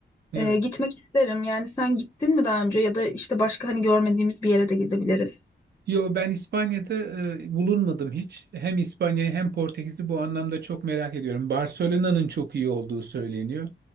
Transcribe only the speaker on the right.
Evet.
Yo ben İspanya'da e, bulunmadım hiç. Hem İspanya'yı hem Portekiz'i bu anlamda çok merak ediyorum. Barcelona'nın çok iyi olduğu söyleniyor.